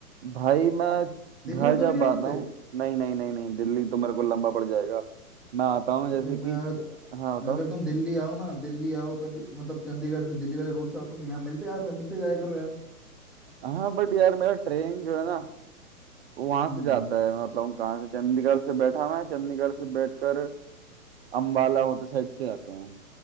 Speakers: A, on the right (about 40°); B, in the centre.
A: भाई मैं घर
B: दिल्ली होते
A: जब
B: हुए नहीं
A: आता
B: आते
A: हूँ नहीं नहीं नहीं नहीं दिल्ली तो मेरे को लंबा पड़ जाएगा मैं आता हूँ जैसे
B: अरे मैं
A: कि
B: अगर
A: हाँ बताओ
B: अगर तुम दिल्ली आओ ना दिल्ली आओ कभी मतलब चंडीगढ़ से दिल्ली वाले रूट से आओ तो यहाँ मिलते यार मिलते जाया करो यार
A: हाँ बट यार मेरा ट्रेन जो है ना वहां
B: हम्म
A: से जाता है मैं बताऊँ कहाँ से चंडीगढ़ से बैठा मैं चंडीगढ़ से बैठकर अम्बाला होते साइड से जाते हैं